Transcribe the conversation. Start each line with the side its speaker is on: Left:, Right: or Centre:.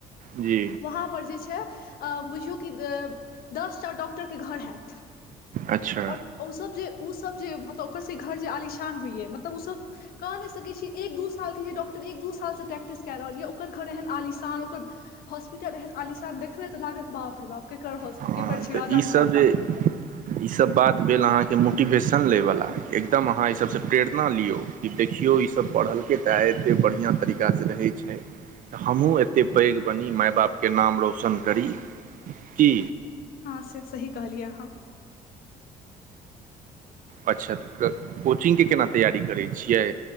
Right: जी
Left: वहाँ पर जे छै अ बुझियौ कि अ दसटा डॉक्टर के घर हैत
Right: अच्छा
Left: और ओ सब जे ओ सब जे मतलब ओकर सब घर जे आलिशान होइय मतलब ओ सब कह नहि सकै छी एक दू साल के डॉक्टर एक दू साल से प्रैक्टिस कए रहल यै ओकर घर एहन आलिशान ओकर हॉस्पिटल एहन आलिशान देखबै त लागत बाप रे बाप केकर हास
Right: हँ
Left: केकर छी
Right: तऽ
Left: राजा
Right: ईसभ
Left: महाराजा
Right: जे ईसभ बात अहाँके मोटिवेशन ले वाल एकदम अहाँ ई सबसँ प्रेरणा लियौ कि देखियौ ई सब पढ़ल तऽ एते बढ़िया तरीका से रहे छै। तऽ हमहूँ एतेक पैघ बनी माय बापके नाम रौशन करी की
Left: हँ, से सही कहलिय आहा
Right: अच्छा तऽ कोचिंग के केना तैयारी करै छियै